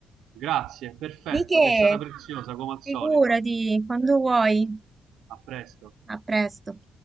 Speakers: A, on the right (about 85°); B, on the right (about 25°).
A: Grazie, perfetto,
B: Di che?
A: sei stata preziosa come al
B: Figurati,
A: solito.
B: quando vuoi.
A: A presto.
B: A presto.